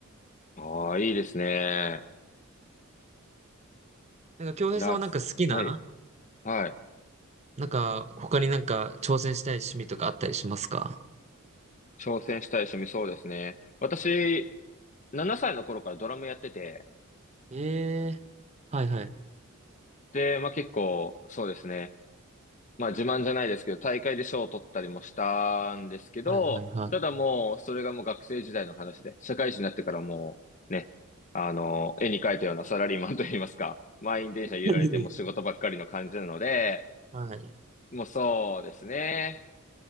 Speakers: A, on the left; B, on the right.
A: ああ、いいですね。
B: なんか、京平さんはなんか好きな、
A: いや、はい、はい。
B: なんか、他になんか挑戦したい趣味とかあったりしますか
A: 挑戦したい趣味、そうですね。私、7歳の頃からドラムやってて、
B: ええー、はいはい。
A: で、まあ結構、そうですね。まあ自慢じゃないですけど、大会で賞を取ったりもしたんですけど、
B: はいはいはい。
A: ただもう、それがもう学生時代の話で、社会人になってからもう、ね、あの、絵に描いたようなサラリーマンといいますか、満員電車揺られてもう仕事ばっかりの感じなので、
B: <laughs> はい。
A: もうそうですね。